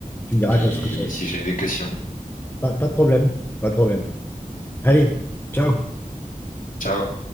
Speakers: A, on the left (about 15°); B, on the left (about 70°).
A: Tu me diras
B: si
A: qu'est-ce que c'est.
B: si j'ai des questions.
A: Pas, pas de problème. Pas de problème. Allez, ciao.
B: Ciao.